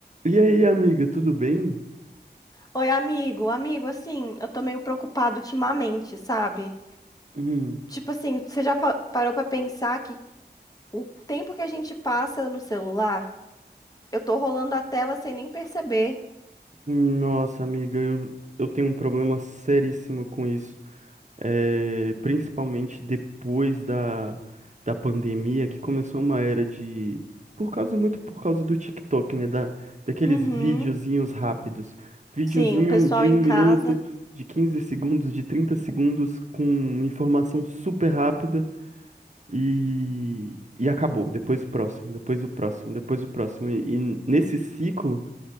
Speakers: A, on the right; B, on the left.
A: E aí, amiga, tudo bem?
B: Oi, amigo, amigo, assim, eu tô meio preocupado ultimamente, sabe?
A: Hum,
B: Tipo assim, você já pa- parou pra pensar que o tempo que a gente passa no celular, eu tô rolando a tela sem nem perceber.
A: Nossa, amiga, eu, eu tenho um problema seríssimo com isso. É, principalmente depois da, da pandemia, que começou uma era de. Por causa, muito por causa do TikTok, né? Da, daqueles
B: Uhum.
A: videozinhos rápidos. Videozinho
B: Sim, o pessoal
A: de
B: em
A: um minuto,
B: casa,
A: de 15 segundos, de 30 segundos, com informação super rápida. e, e acabou. Depois o próximo, depois o próximo, depois o próximo. E, e nesse ciclo,